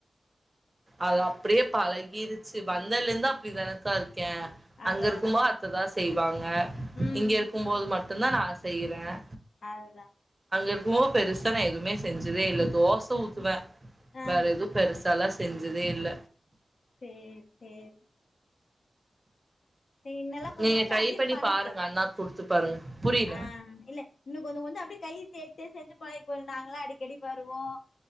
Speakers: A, on the right; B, on the left.
A: அது அப்படியே பழகிருச்சு வந்ததுல இருந்து அப்படி னக்கா இருக்கு இருக்கன்
B: அதா
A: அங்க இருக்கும்போது
B: அதா
A: அத்தைதான் செய்வாங்க
B: ம்
A: இங்க இருக்கும்போது மட்டும் சொன்ன நா செய்றேன்
B: அதா
A: எதுவும் பெருசா நா எதுமே செஞ்சதே இல்ல தோச ஊத்துவேன்
B: ஆ
A: வேற எதுவும் பெருச தலாஸ் செஞ்சதே இல்ல
B: செரி-செரி இன்னெல்லா கொஞ்சோ
A: நீங்க
B: கொஞ்சோ
A: ட்ரை
B: அப்டி
A: பண்ணி
B: பழக்கிகோ
A: பாருங்க அண்ணாக்கு குடுத்து பாருங்க புரில
B: ஆஹ் இல்ல இன்னு கொஞ்சோ கொஞ்சோ அப்டியே கை சேர்த்தே செஞ்சு பழகிக்கோ நாங்களா அடிக்கடி வருவோம்